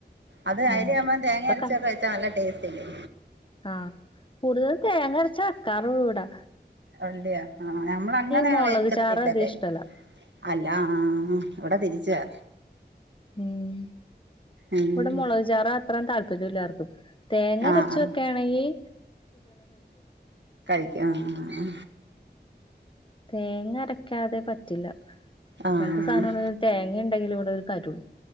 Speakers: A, on the right; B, on the left.
A: അത്
B: ഉം
A: അയലയാവുമ്പ തേങ്ങ
B: ഇപ്പൊക്ക
A: അരച്ചൊക്കെ വെച്ച നല്ല ടേസ്റ്റ് സ്റ്റല്ലേ
B: ആഹ് കൂടുതലും തേങ്ങ അരച്ച വെയ്ക്കാറൊളളൂ ഇവടെ
A: ഉള്ളിയോ ആഹ് നമ്മള് അങ്ങനെ
B: മുളക്
A: വെക്കത്തില്ല
B: ചാറ് അധികം
A: തെങ്ങ്
B: ഇഷ്ടല്ല
A: അല്ല ആ ഇവടെ തിരിച്ചാ
B: ഉം
A: ഉം
B: ഇവിടെ മുളകചാറ് അത്രയും താല്പര്യം ഇല്ല ആർക്കും തേങ്ങ
A: ആ
B: അരച്ച്
A: ആ
B: വെയ്ക്കാണെങ്കിൽ
A: കഴിക്കും ആഹ്
B: തേങ്ങ അരക്ക് ക്കാതെ പറ്റില്ല
A: ആ ആ ആ
B: എന്ത് സാധനമാണെങ്കിലും തേങ്ങയുണ്ടെങ്കിലെ ഇവിടെ ഒരു കാര്യൊള്ളൂ